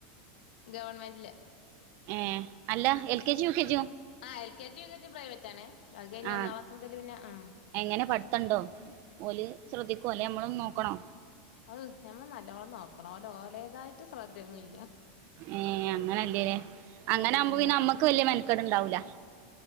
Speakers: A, on the left; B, on the right.
A: ഗവൺമെന്റില്
B: ഏ അല്ല എൽകെജിയും യുകെജി യോ
A: ആ L K G V K G പ്രൈവറ്റാണെ ബാക്കി
B: ആഹ്
A: ഒന്നാം ക്ലാസ് മുതല് പിന്നെ ആ
B: എങ്ങനെ പഠിത്തണ്ടോ ഓല് ശ്രദ്ധിക്കൂ അല്ലോനമ്മള് നോക്കണോ
A: ഔ ഞമ്മള് നല്ലവോണം നോക്കണോ ലൊ ഓലേതായിട്ട് ശ്രദ്ധയൊന്നും ഇല്ല
B: ഏ അങ്ങനെല്ലേല്ലേ അങ്ങനെ
A: ഉം
B: ആകുമ്പോ പിന്നെ അമ്മക്ക് വലിയ മെൽക്കട് ഇണ്ടാവൂല